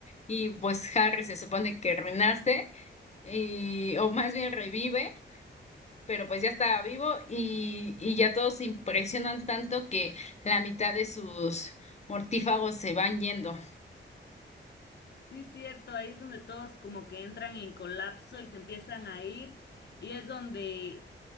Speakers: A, on the left (about 35°); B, on the left (about 60°).
A: y pues Harry se supone que renace y, o más bien revive, pero pues ya estaba vivo y, y ya todos se impresionan tanto que la mitad de sus mortífagos se van yendo.
B: Sí, cierto, ahí es donde todos como que entran en colapso y se empiezan a ir y es donde